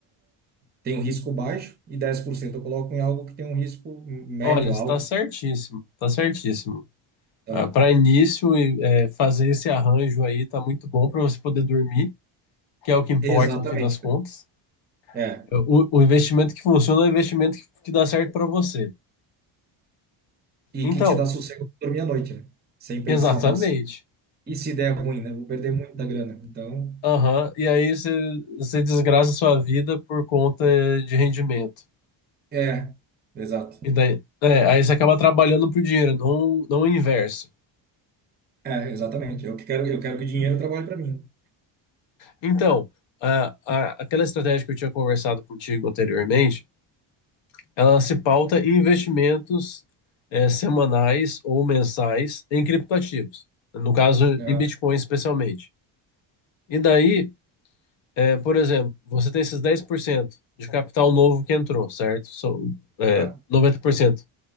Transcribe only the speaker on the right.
tem um risco baixo e 10% eu coloco em algo que tem um risco médio,
alto.
tá?
Exatamente,
cara. É.
E
que te dá sossego pra dormir à noite, né? Sem pensar,
nossa, e se der ruim, né? Vou perder muita grana. Então,
é, exato.
É, exatamente. Eu que quero, eu quero que o dinheiro trabalhe para mim.
né?
Ah,
ah,